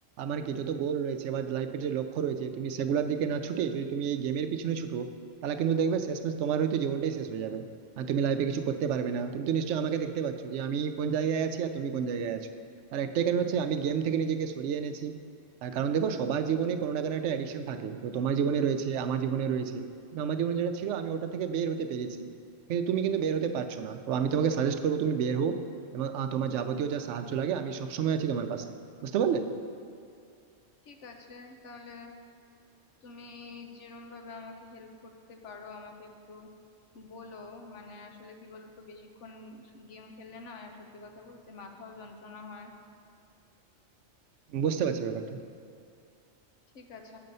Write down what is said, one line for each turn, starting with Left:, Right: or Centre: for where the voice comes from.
Right: মানে কি যত গোল রয়েছে বা লাইফের যে লক্ষ্য রয়েছে তুমি সেগুলোর দিকে না ছুটে যদি তুমি এই গেমের পিছনে ছুটো তাহলে কিন্তু দেখবে শেষমেশ তোমার হয়তো জীবনটাই শেষ হয়ে যাবে আর তুমি লাইফে কিছু করতে পারবে না তুমি তো নিশ্চয়ই আমাকে দেখতে পাচ্ছ যে আমি কোন জায়গায় আছি আর তুমি কোন জায়গায় আছো আর একটাই কারণ হচ্ছে আমি গেম থেকে নিজেকে সরিয়ে এনেছি তার কারণ দেখো সবার জীবনে কোনো না কোনো একটা অ্যাডিকশন থাকে তো তোমার জীবনে রয়েছে আমার জীবনে রয়েছে তো আমার জীবনে যেটা ছিল আমি ওটা থেকে বের হতে পেরেছি কিন্তু তুমি কিন্তু বের হতে পারছো না তো আমি তোমাকে সাজেস্ট করবো তুমি বের হও এবং আহ, তোমার যাবতীয় যা সাহায্য লাগে আমি সবসময় আছি তোমার পাশে বুঝতে পারলে
Left: ঠিক আছে তাহলে তুমি যেরম ভাবে আমাকে হেল্প করতে পারো আমাকে একটু বলো মানে আসলে কি বলো তো বেশিক্ষণ গেম খেললে না সত্যি কথা বলতে মাথাও যন্ত্রণা হয়
Right: বুঝতে পারছি ব্যাপারটা
Left: ঠিক আছে